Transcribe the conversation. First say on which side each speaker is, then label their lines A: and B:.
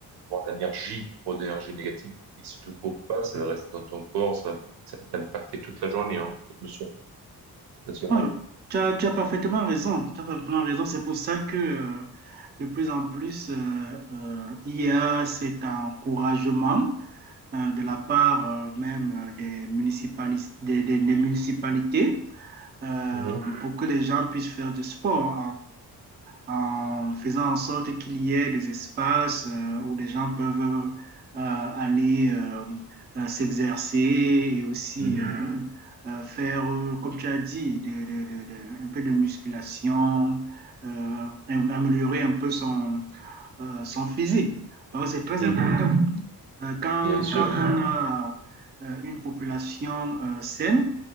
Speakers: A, on the right; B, on the right.
A: pour l'énergie, trop d'énergie négative qui se te coupe pas, ça va rester dans ton corps, ça va, ça va t'impacter toute la journée, hein, toute le soir, la soirée.
B: Ouais, tu as, tu as parfaitement raison. Tu as parfaitement raison. C'est pour ça que euh, de plus en plus, euh, euh, il y a cet encouragement euh, de la part euh, même euh, des municipalis- des, des- des municipalités euh,
A: Mhm,
B: pour que les gens puissent faire du sport en faisant en sorte qu'il y ait des espaces euh, où des gens peuvent euh, aller euh, euh, s'exercer et aussi
A: mhm,
B: euh, euh, faire, euh, comme tu as dit, de, de, de, de, un peu de musculation, euh, améliorer un peu son, euh, son physique. Parce que c'est très
A: mhm.
B: important. Euh, Quand,
A: Bien sûr,
B: quand, on a euh, une population euh, saine,